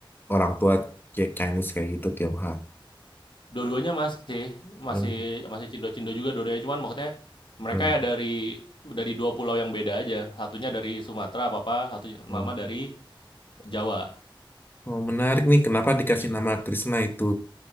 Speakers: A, on the left; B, on the left.
A: orang tua C- Chinese kayak gitu Tionghoa.
B: Dua-duanya masih masih
A: Hmm.
B: masih cindo-cindo juga dua-duanya, cuman maksudnya mereka
A: Hmm.
B: ya dari dari dua pulau yang beda aja. Satunya dari Sumatera papa, satunya
A: Hmm.
B: mama dari Jawa.
A: Oh, menarik nih kenapa dikasih
B: Iya.
A: nama Krishna itu